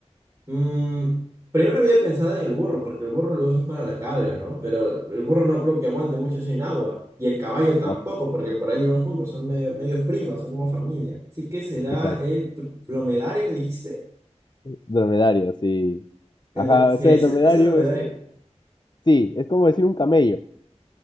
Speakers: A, on the right; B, on the left.
A: Mm, primero había pensado en el burro, porque el burro lo usan para la carga, ¿no? Pero el burro no creo que aguante mucho sin agua. Y el caballo tampoco,
B: no, pues,
A: porque por ahí van juntos, son medio, medios primas, son como familia. Así que será
B: exacto.
A: el pr- dromedario, me dijiste.
B: Dromedario, sí.
A: ¿El
B: Ajá,
A: de- ¿sí
B: o sea,
A: ¿Es,
B: el dromedario
A: es el dromedario?
B: es, sí, es como decir un camello.